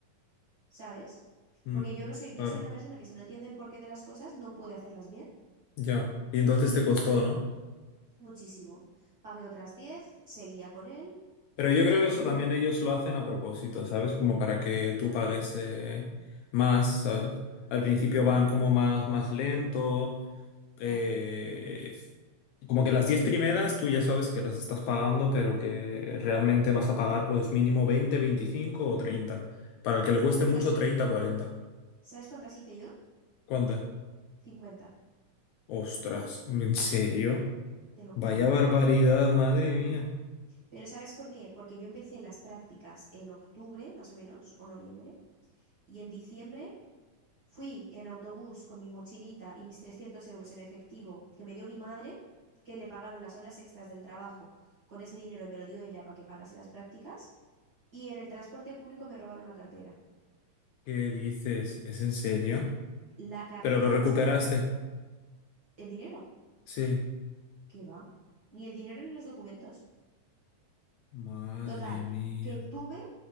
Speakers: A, on the right; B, on the left.
A: ¿sabes?
B: Mm,
A: Porque yo no soy, yo
B: claro,
A: soy una persona que si no entiende el porqué de las cosas no puede hacerlas bien.
B: ya. Y entonces
A: Y
B: te costó,
A: lo que,
B: ¿no?
A: muchísimo. Pagué otras diez seguía con él.
B: Pero yo creo
A: eh,
B: que eso
A: un,
B: también ellos lo hacen a propósito, ¿sabes? Como para que tú pagues eh, más, ¿sabes? Al principio
A: claro,
B: van como más, más lento. eh,
A: claro.
B: como que las 10 primeras tú ya sabes que las estás pagando, pero que realmente vas a pagar pues mínimo veinte veinticinco o treinta Para el que le cueste mucho,
A: ¿Sabes,
B: treinta cuarenta
A: sabes cuántas hice yo?
B: ¿Cuántas?
A: cincuenta
B: Ostras, ¿en serio?
A: te lo juro.
B: Vaya barbaridad, madre mía.
A: Pero ¿sabes por qué? Porque yo empecé las prácticas en octubre, más o menos, o noviembre, y en diciembre fui en autobús con mi mochilita y mis 300 euros en efectivo que me dio mi madre, que le pagaron las horas extras del trabajo, con ese dinero me lo dio ella para que pagase las prácticas, y en el transporte público me robaron la cartera.
B: ¿Qué dices? ¿Es en serio?
A: La cartera
B: ¿Pero lo recuperaste?
A: no solo con el, di- el dinero,
B: Sí.
A: ¿qué va? Ni el dinero ni los documentos.
B: Madre
A: Total,
B: mía.
A: que tuve,